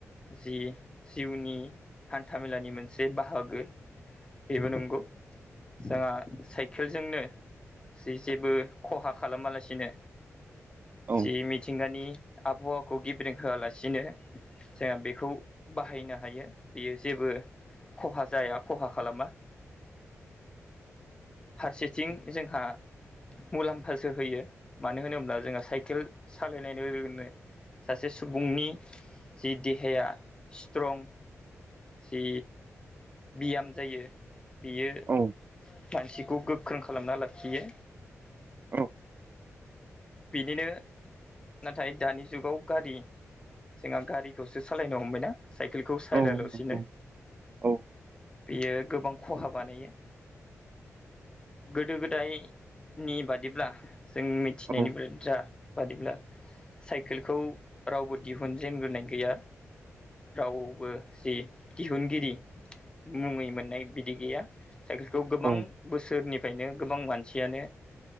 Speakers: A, on the left; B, on the right.
A: जि जिउनि हान्थामेलानि मोनसे बाहागो बे बेबो नंगौ। जोंहा साइकेलजोंनो जि जेबो खहा खालामालासिनो
B: औ
A: जि
B: औ
A: मिथिंगानि आबहावाखौ गेब्रें होआलासिनो जोंहा बेखौ बाहायनो हायो। बेयो जेबो खहा जाया खहा खालामा। फारसेथिं जोंहा मुलाम्फासो होयो मानो होनोब्ला जोंहा साइकेल सालायनाय लोगोनो सासे सुबुंनि जि देहाया स्ट्रं जि बियाम जायो बियो
B: औ
A: गासिखौ गो ख्रों खालामना लाखियो।
B: औ
A: बिदिनो नाथाय दानि जुगाव गारि जोंहा गारिखौसो सालायनो हमबायना साइकेलखौ सायलायाला'सिनो
B: औ नंगौ औ
A: बेयो गोबां खहा बानायो। गोदो गोदायनि बादिब्ला जों मिथिनायनि
B: औ
A: बाथ्रा बादिब्ला साइकेलखौ रावबो दिहुनजेनग्रोनाय गैया। रावबो जि दिहुनगिरि मुङै मोननाय बिदि गैया साइकेलखौ गोबां
B: औ
A: बोसोरनि फ्रायनो गोबां मानसियानो